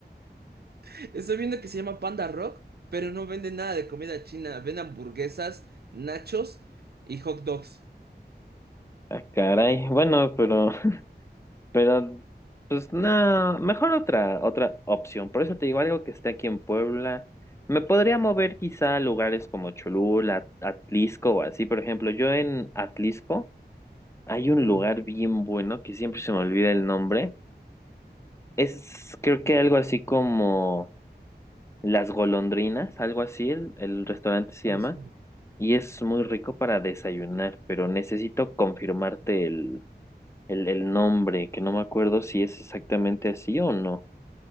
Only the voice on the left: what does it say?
Ah, caray. Bueno, pero Pero, pues no, mejor otra, otra opción. Por eso te digo algo que esté aquí en Puebla. Me podría mover quizá a lugares como Cholula, Atlisco o así. Por ejemplo, yo en Atlisco hay un
lugar bien bueno que siempre se me olvida el nombre. Es creo que algo así como Las Golondrinas, algo así, el, el restaurante se
llama. Y es muy rico para desayunar, pero necesito confirmarte el, el, el nombre, que no me acuerdo si es exactamente así o no.